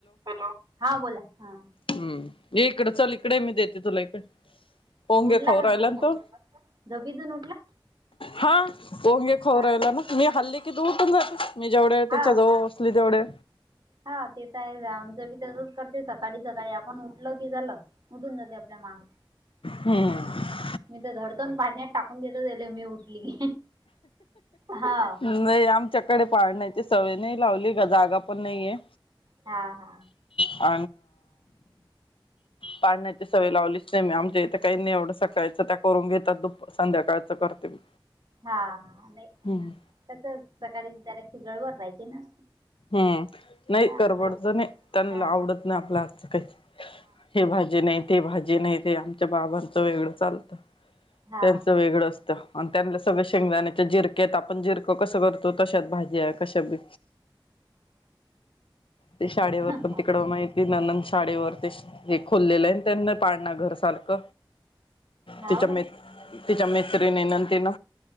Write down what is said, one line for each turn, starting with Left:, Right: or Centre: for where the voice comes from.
Right: Hello हा बोला हा
Left: हम्म ये इकडं चल इकडे मी देते तुला इकडे पोंगे
Right: उठला
Left: खवरायला
Right: का झोपीतून
Left: ना तो
Right: झोपीतून उठला
Left: हा पोंगे खवरायला
Right: हा
Left: ना मी हल्ली कि द उठून जात मी जेवढे
Right: हा
Left: त्याच्या जवळसली जेवढे
Right: हा ते तर आहे आमचं भी तस करते आणि सकाळी आपण उठल की झालं उटंदत एवड मा
Left: हम
Right: मी तर धडतून पाण्यात टाकून देतच झाले मी उठली की हाव
Left: नाही आमच्याकडे पाळण्याची सवय नाही लावली का जागा पण नाहीये
Right: हा हा
Left: प <inaudible> पाढण्याची सवय लावलीच नाही मी आमच्या इथं काही नाही एवढं सकाळचं त्या करून घेतात दुप संध्याकाळच करते मी
Right: हा हा नाही
Left: हम्म
Right: कसं सकाळी जऱची गळबड रायची ना
Left: हम्म नाही
Right: हा
Left: करबडच
Right: हा
Left: नाही त्यांना
Right: हा
Left: आवडत नाही आपला हात काही हे भाजी नाही ते भाजी नाही ते आमच्या बाबांचं वेगळं चालतं
Right: हा हा
Left: त्यांचं वेगळं असत त्यान सगळ शेंगदाण्याच्या जिरक्यात आपण जिरकं कसं करतो तशत भाजी कशी ते शाळेवर
Right: हा
Left: पण तिकड माहिती न माडीवर ते हे खोललेल आहे त्यांना पाडणार घर सारख.
Right: हाव
Left: ते चमे
Right: काय
Left: ते चमे नंदेन